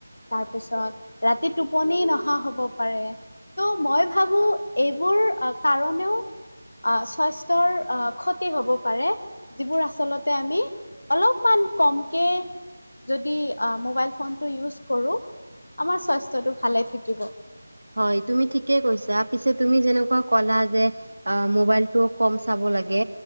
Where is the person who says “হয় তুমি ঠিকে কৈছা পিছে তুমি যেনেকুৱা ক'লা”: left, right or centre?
Right